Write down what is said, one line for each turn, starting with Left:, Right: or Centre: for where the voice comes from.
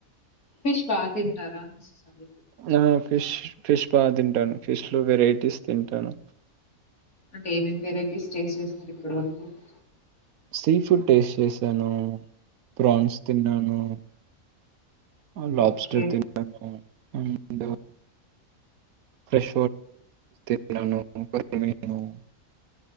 Left: ఫిష్ బా తిన్ తింటారా సండే
Right: ఆ! ఫిష్ ఫిష్ బాగా తింటాను ఫిష్ లో వెరైటీస్ తింటాను
Left: అంటే ఏమేమి వెరైటీస్ టేస్ట్ చేసినారు ఇప్పడు వరకు మ్మ్
Right: సీ ఫుడ్ టేస్ట్ చేసాను ప్రాన్స్ తిన్నాను ఆ లబ్స్టర్
Left: ఓకే.
Right: తిన్నాను అండ్ ఫ్రెష్ కమ <unintelligible>